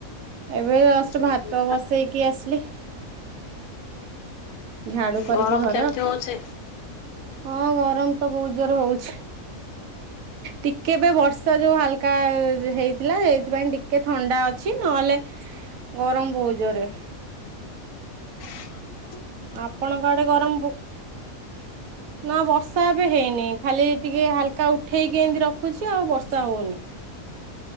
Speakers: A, on the right; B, on the left.
A: ଏବେ ଯଷ୍ଟ
B: ଉଁ
A: ଭାତ
B: ହୁଁ
A: ବସେଇକି ଆସିଲି। ଝାଡୁ କରିକି
B: ଗରମ
A: ଘର
B: କେମିତି ହଉଛି?
A: ହଁ ଗରମ ତ ବହୁତ ଜୋରେ ହଉଛି। ଟିକେ ବେ ବର୍ଷା ଯୋଉ ହାଲକା ଯ ହେଇ ଥିଲା ହେଇଥିପାଇଁ ଟିକେ ଥଣ୍ଡା ଅଛି ନହେଲେ ଗରମ ବହୁତ ଜୋରେ।
B: ହଁ।
A: ଆପଣଙ୍କ ଆଡେ ଗରମ ବୋ ନା ବର୍ଷା ଏବେ ହେଇନି। ଖାଲି ଟିକେ ହାଲକା ଉଠେଇକି ଏମିତି ରଖୁଛି ଆଉ ବର୍ଷା ହଉନି।